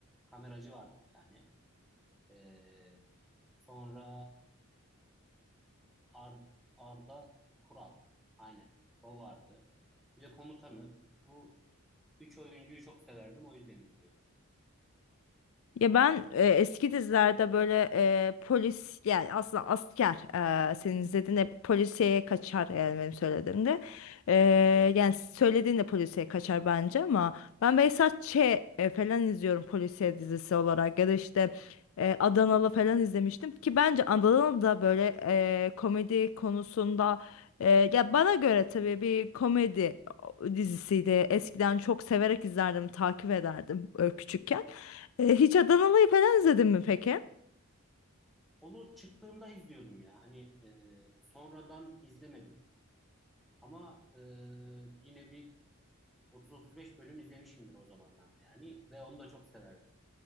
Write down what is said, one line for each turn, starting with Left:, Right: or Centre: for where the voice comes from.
Centre: kameracı vardı bir tane. E, sonra Ar- Arda Kural. Aynen. O vardı. Bir de komutanı. Bu, bu üç oyuncuyu çok severdim. O yüzden izliyordum.
Left: Ya ben e, eski dizilerde böyle e, polis yani aslında asker e, senin izlediğinde hep polisiye kaçar yani benim söylediğimde. E, yani söylediğinde polisiye kaçar bence ama ben Behzat Ç. e, falan izliyorum polisiye dizisi olarak ya da işte e, Adanalı falan izlemiştim ki bence Adanalı da böyle e, komedi konusunda e, ya bana göre tabii bir komedi dizisiydi. Eskiden çok severek izlerdim, takip ederdim e, küçükken. E, hiç Adanalı'yı falan izledin mi peki?
Centre: Onu çıktığında izliyordum ya. Hani e, sonradan izlemedim. Ama e, yine bir 30-35 bölüm izlemişimdir o zamanlarda yani ve onu da çok severdim.